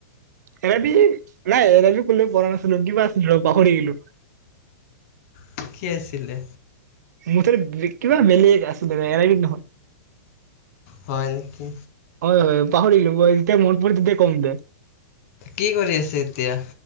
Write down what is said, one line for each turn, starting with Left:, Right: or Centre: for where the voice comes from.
Right: এৰাবি, নাই এৰাবিক কোনো পঢ়া নাছিলো। কিবা আছিল পাহৰি গলো।
Left: ঠিকে আছিলে।
Right: মুঠতে কিবা বেলেগ আছিলে। <unintelligible>
Left: হয়, নেকি?
Right: হয়, হয় পাহৰিলো যেতিয়া মনত পৰিব তেতিয়াই কম দে।
Left: কি কৰি আছে এতিয়া?